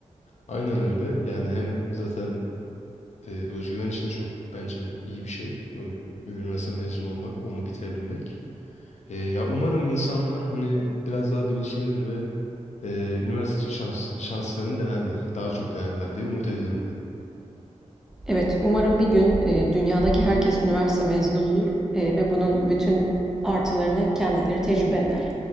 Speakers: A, on the left; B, in the centre.
A: Aynen öyle. Yani hem zaten e, özgüven için de çok bence iyi bir şey. Ö- Üniversite mezunu olmak, onu bitirebilmek. E, ya umarım insanlar hani biraz daha bilinçlenir ve e, üniversite için şans, şanslarını denerler. Daha çok denerler diye umut ediyorum ben.
B: Evet, umarım bir gün e, dünyadaki herkes üniversite mezunu olur e, ve bunun bütün artılarını kendileri tecrübe eder.